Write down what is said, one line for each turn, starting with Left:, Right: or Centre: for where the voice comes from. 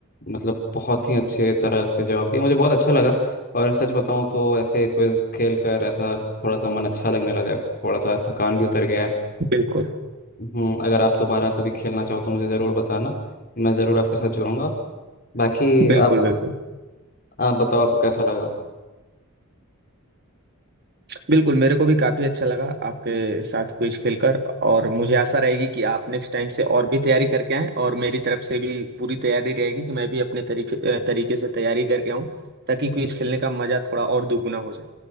Left: मतलब बहुत ही अच्छे तरह से जवाब दिया मुझे बहुत अच्छा लगा और सच बताऊं तो ऐसे क्विज खेल कर ऐसा थोड़ा सा मन अच्छा लगने लगा है, थोड़ा सा थकान भी उतर गया है
Right: बिल्कुल
Left: हम्म अगर आप दोबारा कभी खेलना चाहो तो मुझे ज़रूर बताना मैं ज़रूर आपके साथ जुड़ूंगा बाकी
Right: बिल्कुल
Left: आप
Right: बिल्कुल
Left: आप बताओ आपको कैसा लगा
Right: बिल्कुल मेरे को भी काफी अच्छा लगा आपके साथ क्विज खेलकर और मुझे आशा रहेगी कि आप नेक्स्ट टाइम से और भी तैयारी करके आएं और मेरी तरफ से भी पूरी तैयारी रहेगी कि मैं भी अपने तरीके अ, तरीके से तैयारी करके आऊं ताकि क्विज खेलने का मजा थोड़ा और दुगुना हो जाए